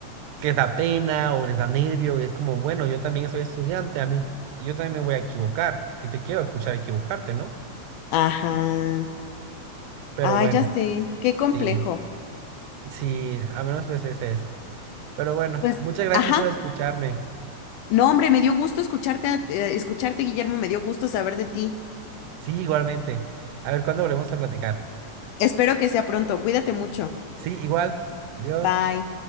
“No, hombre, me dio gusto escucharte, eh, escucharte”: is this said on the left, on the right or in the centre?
Left